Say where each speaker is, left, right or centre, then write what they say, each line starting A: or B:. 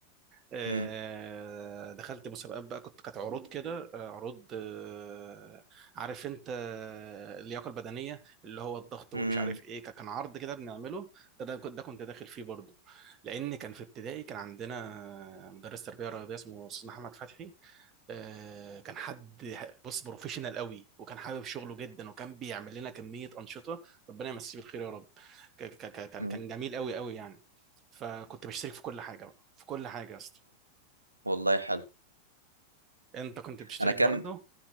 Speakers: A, on the right; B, on the right.
A: آه،
B: امم
A: دخلت مسابقات بقى كنت كانت عروض كده آه، عروض آه، عارف انت آه، اللياقه البدنيه اللي هو الضغط ومش
B: امم
A: عارف ايه ك- كان عرض كده بنعمله ده ده كنت ده كنت داخل فيه برضه لان كان في ابتدائي كان عندنا مدرس تربيه رياضيه اسمه استاذ محمد فتحي آه، كان حد بص بروفيشنال قوي وكان حابب شغله جدا وكان بيعمل لنا كمية أنشطة ربنا يمسيه بالخير يا رب ك- ك- ك- كان
B: امم
A: كان جميل قوي قوي يعني فكنت بشترك في كل حاجة بقى في كل حاجة يا اسطى
B: والله حلو
A: انت كنت بتشترك
B: انا كان
A: برضو